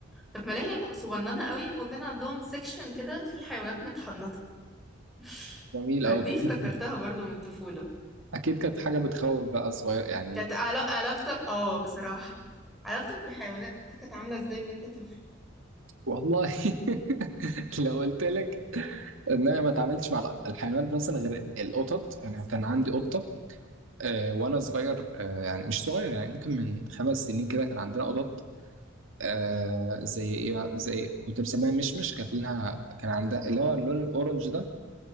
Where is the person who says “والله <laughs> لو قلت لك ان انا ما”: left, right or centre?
Right